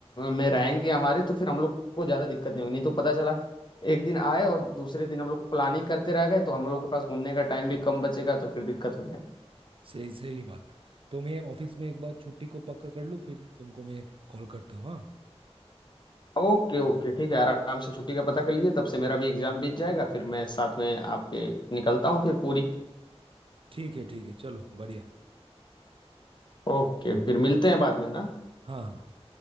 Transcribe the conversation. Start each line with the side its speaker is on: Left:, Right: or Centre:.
Left: में रहेंगे हमारे तो फिर हम लोग को ज़्यादा दिक्कत नहीं होगी नहीं तो पता चला एक दिन आए और दूसरे दिन हम लोग प्लानिंग करते रह गए तो हम लोग के पास घूमने का टाइम भी कम बचेगा तो फिर दिक्कत हो जाएगी
Right: सही सही बात तो मैं ऑफिस में एक बार छुट्टी को पक्का कर लूँ फिर तुमको मैं कॉल करता हूँ हाँ
Left: ओके ओके ठीक है आराम से छुट्टी का पता कर लीजिए तब से मेरा भी एग्जाम बीत जाएगा फिर मैं साथ में आपके निकलता हूँ फिर पूरी
Right: ठीक है ठीक है चलो बढ़िया
Left: ओके फिर मिलते हैं बाद में ना
Right: हाँ हाँ हाँ।